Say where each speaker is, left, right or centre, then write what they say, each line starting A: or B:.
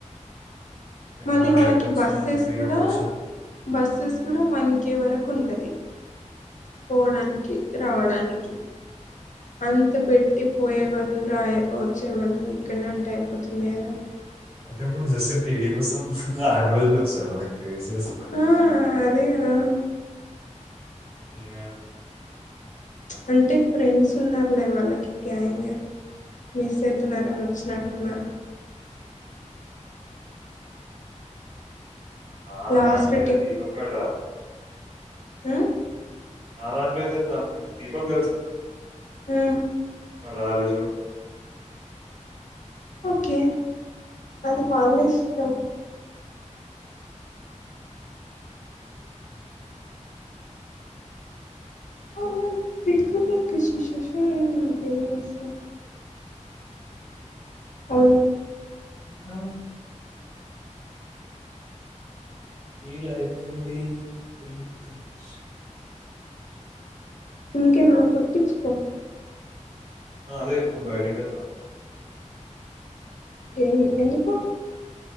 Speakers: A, on the right (about 45°); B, on the left (about 75°).
A: ఏమనా
B: మళ్ళీ వాళ్ళకి
A: వెట్టొచ్చ
B: బస్సెస్
A: ఫ్రీ
B: కూడా
A: ఉండొచ్చం
B: బస్సెస్ కూడా వన్ కే వరకు ఉంటుంది పోవడానికి రావడానికి అంత పెట్టి పోయే బదులు రా వచ్చే బదులు ఇక్కడనే ఉంటే అయిపోతుంది కదా
A: అంటే ఇప్పుడు జసే టీవీ కోసం ఆరు రోజులు వచ్చారు క్రేజీ అసలు
B: ఆ అదే కదా
A: ఏ అే
B: అంటే ఫ్రెండ్స్ ఉన్నారులే వాళ్ళకి గ్యాంగ్ మిస్ అవుతున్నారని వచ్చినట్టున్నారు
A: ఆ అ
B: లాస్ట్
A: ఆమైతే దీపకగడ రాదు
B: ఆ
A: న రాాంట్లో అయితుంది నా ఫ్రెండ్ దీపక్ గలుసా
B: ఆ
A: ప రాాలజు
B: ఓకే అది వాళ్ళ ఇష్టం అన్న దికుతకి శిశిషాని మనందిస ఓయి
A: అ వీలయితుంది అథిం కనిపిస్తుంది
B: ఇంకే మనం కుట్టించుకో
A: అదే ఇప్పుడు బయటకి వెతాను
B: ఎం ఎందుకు